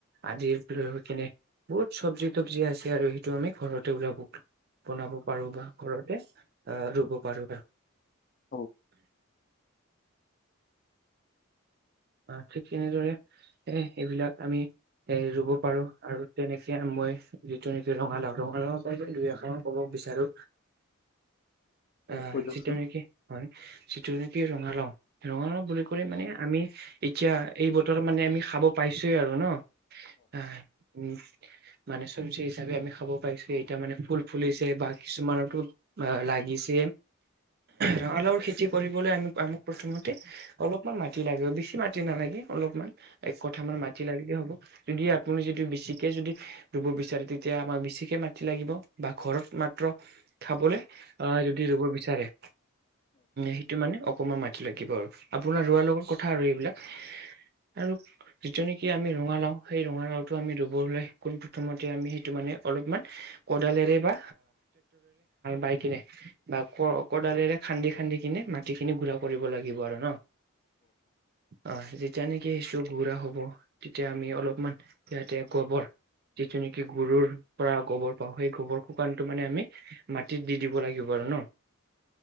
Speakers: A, on the right (about 45°); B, on the left (about 45°).
A: আদিৰ কেনে বহুত চব্জি-তবজি আছে আৰু সেইটো আমি ঘৰতে ওলাব বনাব পাৰো বা ঘৰতে, আহ ৰুব পাৰো আৰু।
B: <inaudible>
A: অ ঠিক তেনেদৰে এ-এইবিলাক আমি এ ৰুব পাৰো, আৰু তেনেকে মই যিটো নেকি ৰঙালাও ৰঙালাও <unintelligible> দুই এখাৰ কব বিচাৰো আহ
B: কৈ দিয়কচোন
A: যিটো নেকি হয়, যিটো নেকি ৰঙালাও ৰঙালাও বুলি ক মানে আমি এতিয়া এই বতৰ মানে আমি খাব পাইছোয়ে আৰু ন। <inaudible> উম মানে চব্জি হিচাপে আমি খাব পাৰিছো, এতিয়া মানে ফুল ফুলিছে বা কিছুমানতো অ লাগিছে ৰঙালাওৰ খেতি কৰিবলৈ আমি আমাক প্ৰথমতে অলপ মাটি লাগিব, বেছি মাটি নালাগে অলপমান এক কঠামান মাটি লাগিলে হ'ব। যদি আপুনি যদি বেছিকে যদি ৰুব বিচাৰে তেতিয়া আমাক বেছিকে মাটি লাগিব বা ঘৰত মাত্ৰ খাবলৈ আহ যদি ৰুব বিচাৰে সেইটো মানে অকমান মাটি লাগিব আৰু আপোনাৰ ৰোৱাৰাৰ লগত কথা আৰু এইবিলাক
B: <inaudible>
A: আৰু যিটো নেকি আমি ৰঙালাও সেই ৰঙালাওটো আমি ৰুব হলে কোন প্ৰ্ৰথমতে আমি সেইটো মানে অলপ কৰে বা বাই কিনে বাাল খান্দি খান্দি কিনে মাটিখিনি গুড়া কৰিব লাগিব আৰু ন অ যেতিয়া নেকি সেইছো গুড়া হ'ব তেতিয়া আমি অলপমান সহতে গোবৰ যিটো নেকি গৰুৰ পৰা গোবৰ পাওঁ সেই গোবৰ শুকানটো মানে আমি মাটিত দি দিব লাগিব আৰু ন